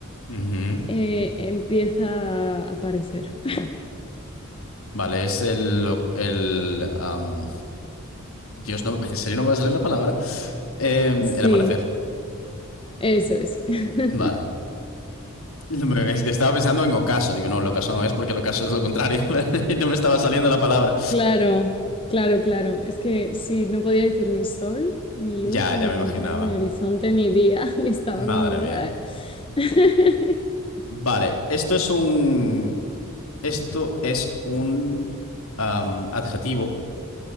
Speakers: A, on the left (about 70°); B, on the left (about 25°).
A: ujú.
B: eh, empieza a aparecer. <laughs>
A: Vale, es el, el am, Dios, no, en serio no me va a salir la palabra. Em,
B: Sí,
A: el amanecer.
B: eso es. <laughs>
A: Vale. <laughs> No Me- Es que estaba pensando en ocaso. Digo, no, el ocaso no es porque el ocaso es lo contrario. <laughs> No me estaba saliendo la palabra.
B: Claro, claro, claro. Es que sí, no podía decir ni sol, ni
A: Ya,
B: luz, ni
A: ya me
B: temprano,
A: imaginaba.
B: ni horizonte, ni día. <laughs> Y estaba
A: Madre
B: como...
A: mía.
B: "What?". <laughs>
A: Vale, esto es un. Esto es un am, adjetivo,